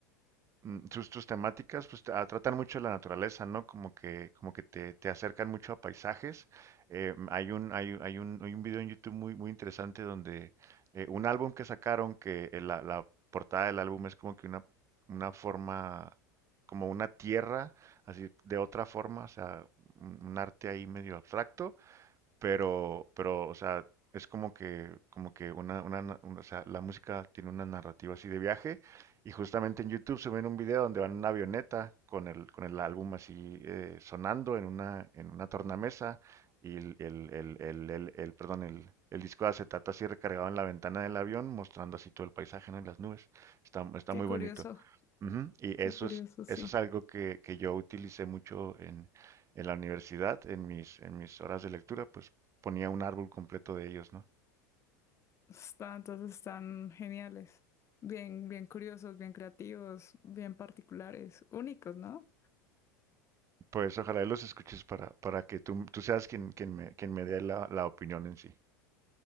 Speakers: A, on the right; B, on the left.
A: mm, sus, sus temáticas pues tra- tratan mucho de la naturaleza, ¿no? Como que, como que te, te acercan mucho a paisajes. Eh, mm, hay un, hay, un- hay un, hay un video en YouTube muy, muy interesante donde eh, un álbum que sacaron que eh, la, la portada del álbum es como que una, una forma, como una tierra, así de otra forma, o sea, un un arte ahí medio abstracto pero, pero, o sea, es como que, como que una, una, na- una- o sea, la música tiene una narrativa así de viaje y justamente en YouTube suben un video donde van en una avioneta con el, con el álbum así eh, sonando en una, en una tornamesa y el, el, el, el, el- el- perdón, el, el disco de acetato así recargado en la ventana del avión mostrando así todo el paisaje, ¿no? Y las nubes. Está, está
B: Qué
A: muy
B: curioso,
A: bonito. Ujú, Y
B: qué
A: eso
B: curioso,
A: es,
B: sí.
A: eso es algo que, que yo utilicé mucho en, en la universidad, en mis, en mis horas de lectura, pues ponía un árbol completo de ellos, ¿no?
B: Están, entonces están geniales. Bien, bien curiosos, bien creativos, bien particulares, únicos, ¿no?
A: Pues ojalá y los escuches para, para que tú, tú seas quien, quien me, quien me dé la, la opinión en sí.